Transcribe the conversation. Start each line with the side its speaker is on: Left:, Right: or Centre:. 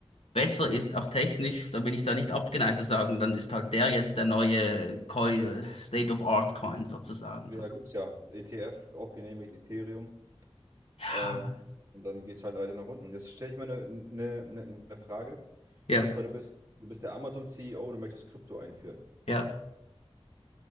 Left: besser ist, auch technisch, dann bin ich da nicht abgeneigt zu sagen, dann ist halt der jetzt der neue Coin, äh, State of Art Coin sozusagen.
Right: da
Left: Also,
Right: gibt es ja ETF, auch genehmigt, Ethereum.
Left: Ja,
Right: Ähm, und dann geht es halt weiter nach unten. Jetzt stelle ich mal eine, eine, eine, eine Frage.
Left: ja,
Right: Und zwar, du bist, du bist der Amazon-CEO und du möchtest Krypto einführen.
Left: ja.